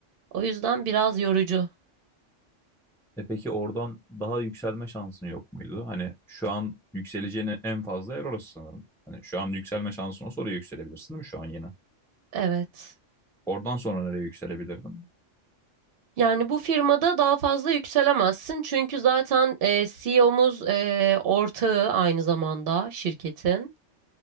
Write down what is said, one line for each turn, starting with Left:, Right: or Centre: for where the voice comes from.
Right: O yüzden biraz yorucu.
Centre: E peki oradan daha yükselme şansın yok muydu? Hani şu an yükseleceğin en fazla yer orası sanırım. Hani şu an yükselme şansın olsa oraya yükselebilirsin değil mi şu an yine?
Right: Evet.
Centre: Oradan sonra nereye yükselebilirdin?
Right: Yani bu firmada daha fazla yükselemezsin çünkü zaten e, CEO'muz e, O'muz e, ortağı aynı zamanda şirketin.